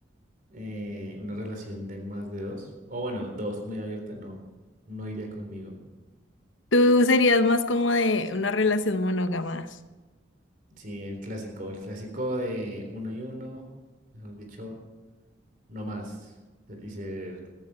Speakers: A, on the right (about 45°); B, on the left (about 75°).
A: eh, una relación de más de dos, o bueno, dos muy abierta, no, no iría conmigo.
B: Tú serías más como de una relación monógama.
A: Sí, el clásico, el clásico de uno y uno, mejor dicho, no más. Y ser,